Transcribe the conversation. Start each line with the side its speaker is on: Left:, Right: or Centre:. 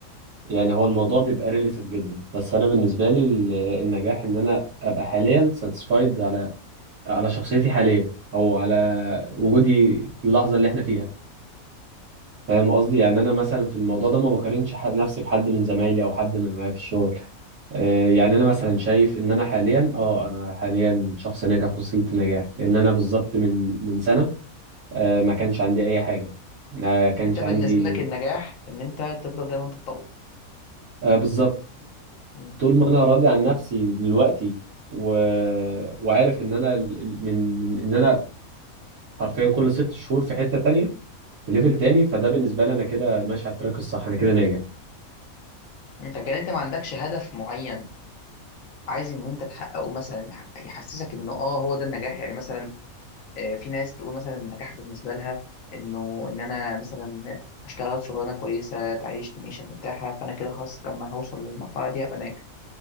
Right: يعني هو الموضوع بيبقى ريليتيف جدا بس أنا بالنسبة لي ال- النجاح إن أنا أبقى حاليا ساتسفايد على على شخصيتي حاليا أو على
Left: مم.
Right: وجودي في اللحظة اللي إحنا فيها فاهم قصدي يعني أنا مثلا في الموضوع ده ما بقارنش ح- نفسي بحد من زمايلي أو حد من اللي معايا في الشغل آه، يعني انا مثلا شايف ان انا حاليا اه انا حاليا شخص ناجح وصلت نجاح لان انا بالظبط من من سنه آه، ما كانش عندي اي حاجه ما كانش
Left: انت بالنسبه
Right: عندي
Left: لك النجاح ان انت تفضل دايما تتطور
Right: آه، بالظبط
Left: م-
Right: طول ما انا راضي عن نفسي دلوقتي و... وعارف ان انا ال- ال- من... من ان انا حرفيا كل ست شهور في حته تانية في ليفل
Left: م.
Right: تاني فده بالنسبه لي انا كده ماشي على التراك الصح انا كده ناجح
Left: انت كان انت ما عندكش هدف معين عايز ان انت تحققه مثلا يح- يحسسك انه اه هو ده النجاح يعني مثلا آه، في ناس تقول مثلا النجاح بالنسبه لها انه ان انا مثلا اشتغل شغلانه كويسه تعيشني عيشه مرتاحه فانا كده خلاص لما هوصل للمرحله دي هبقى ناجح